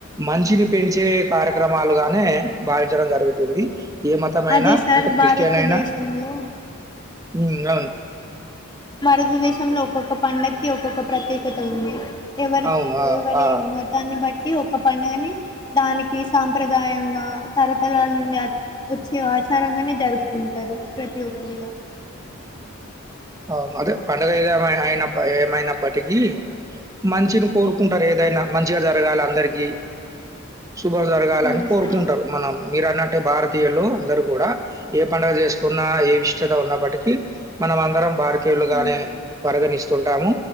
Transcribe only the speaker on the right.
మంచిని పెంచే కార్యక్రమాలుగానే భావించడం జరుగుతుంది ఏ మతమైనా
అంటే క్రిస్టియన్
అయినా ఉమ్ అవును
అవును. ఆ!
ఆ!
అవును అదే పండుగ ఏదెమెన ఎమైన ఏమైనప్పటికీ మంచిని కొరుకుంటరు ఏదైనా మంచిగా జరగాల అందరికి శుభం జరగాలని
కొరుకుంటరు
మనం మీరు అన్నట్టు భారతీయులు అందరు కూడా ఏ పండగ చేసుకున్నా ఏ విశిష్టత ఉన్నప్పటికీ మనం అందరం భారతీయులుగానే
పరిగణిస్తుంటాము